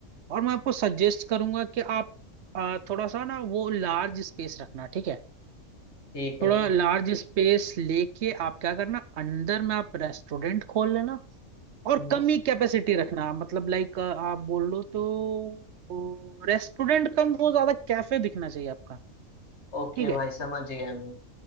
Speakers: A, on the right (about 60°); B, on the left (about 50°).
A: और मैं आपको सजेस्ट करूंगा कि आप अ, थोड़ा सा ना वो लार्ज स्पेस रखना ठीक है
B: ठीक है
A: थोड़ा
B: भाई
A: लार्ज स्पेस लेके आप क्या करना अंदर में आप रेस्टोरेंट खोल लेना और
B: हम्म
A: कम ही कैपेसिटी रखना मतलब लाइक आप बोल लो तो रेस्टोरेंट कम वो ज्यादा कैफे दिखना चाहिए आपका
B: ओके
A: ठीक है
B: भाई समझ गया मैं